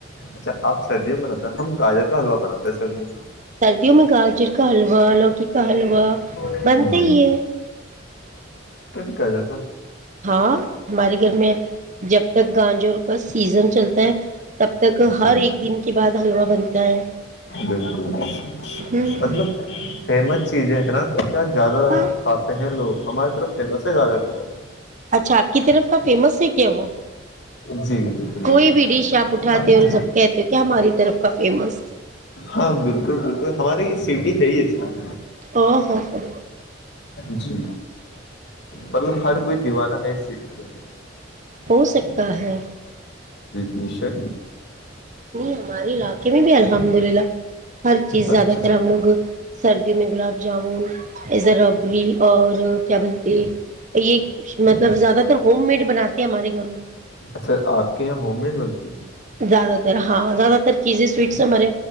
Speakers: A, on the left; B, on the right.
A: اچھا آپ سردی میں بناتا ہیں ہم گاجر کا حلوا بناتے ہیں سردی میں
B: سردیوں میں گاجر کا حلوا لوکی کا حلوا
A: میں
B: بنتا ہی ہے
A: گ جر
B: ہاں ہمارے گھر میں جب تک گاجور کا سیزن چلتا ہے تب تک
A: جی
B: ہر ایک دن کے بعد حلوا بنتا ہے
A: بالکل بکل
B: ہوں
A: مطلب فیمس چیزیں ہے نا تو کیا زیادہ
B: ہاں
A: کھاتے ہیں لوگ ہمارے طرف فیمس ہے گاجر کلو
B: اچھا آپ کی طرف کا فیمس ہے کیا وہ
A: جی جی
B: کوئی بھی ڈش آپ اٹھاتے
A: بالک
B: ہو اور جب کہتے ہو کہ ہماری طرف کا فیمس
A: ہاں بالکل بالکل ہماری یہ سٹی ہے ہی <inaudible>
B: او ہو ہو
A: جی مطلب ہر کوئی دیوانہ ہے اس سٹی کا
B: ہو سکتا ہے
A: بییشک
B: نہیں ہمارے علاقے میں بھی الحمد للہ ہر چیز زیادہ
A: اچھا
B: تر ہم لوگ سردیوں میں گلاب جامن زرابری اور کیا بولتے یہ مطلب زیادہ ہوم میڈ بناتے ہیں ہمارے گھر میں
A: اچھا، آپ کے یہاں ہوم میڈ بنتی ہے
B: زیادہ تر ہاں زیادہ تر چیزیں سویٹ سے ہمارے